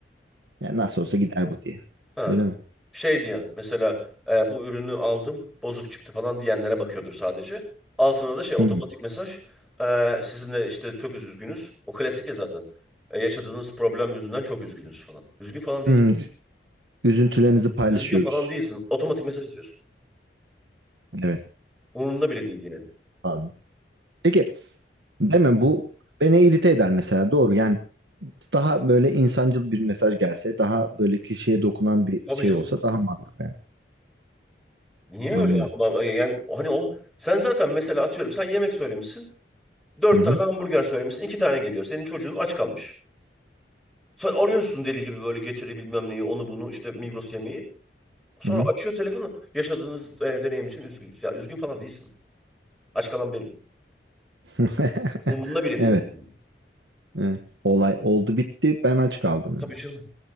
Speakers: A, on the right; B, in the centre.
A: Yani nasıl olsa gider bu diye.
B: Ha.
A: Öyle mi?
B: Şey diyen mesela e, bu ürünü aldım bozuk çıktı falan diyenlere bakıyordur sadece. Altına da şey otomatik
A: Hı.
B: mesaj e, sizinle işte çok üz- üzgünüz. O klasik ya zaten. E, yaşadığınız problem yüzünden çok üzgünüz falan. Üzgün falan değilsin.
A: Hı. Üzüntülerinizi paylaşıyoruz.
B: Üzgün falan değilsin. Otomatik mesaj atıyorsun.
A: Evet.
B: Umurunda bile değil yani.
A: Abi. Peki değil mi bu beni irite eder mesela doğru yani daha böyle insancıl bir mesaj gelse daha böyle kişiye dokunan bir
B: Tabii
A: şey
B: canım.
A: olsa daha mantıklı yani.
B: Niye
A: Anlıyorum.
B: öyle? Ama, e, Yani hani o sen zaten mesela atıyorum sen yemek söylemişsin. Dört
A: Hı hı.
B: tane hamburger söylemişsin. iki tane geliyor. Senin çocuğun aç kalmış. Sen arıyorsun deli gibi böyle getiri bilmem neyi onu bunu işte Migros yemeği. Sonra
A: Hı hı.
B: açıyor telefonu. Yaşadığınız e, deneyim için üzgünüz. Ya üzgün falan değilsin. Aç kalan benim.
A: <laughs>
B: Umurumda bile değil
A: Evet.
B: yani.
A: evet. Olay oldu bitti. Ben aç kaldım.
B: Tabii
A: da.
B: canım.